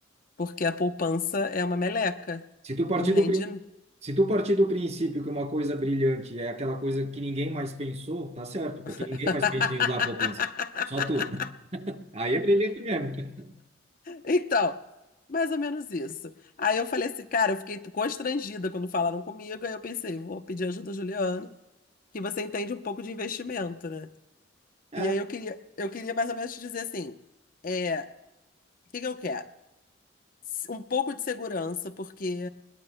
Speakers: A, on the left (about 45°); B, on the right (about 35°).
A: Porque a poupança é uma meleca.
B: Se tu partir
A: Não rende.
B: do prin... Se tu partir do princípio que uma coisa brilhante é aquela coisa que ninguém mais pensou, tá certo, porque
A: <laughs>
B: ninguém mais pensa em usar a poupança. Só tu. Aí é brilhante mesmo. <laughs>
A: Então, mais ou menos isso. Aí eu falei assim, cara, eu fiquei constrangida quando falaram comigo. Aí eu pensei, vou pedir ajuda, a Juliana, que você entende um pouco de investimento, né?
B: É.
A: E aí eu queria, eu queria mais ou menos te dizer assim, é, o que que eu quero? S- Um pouco de segurança, porque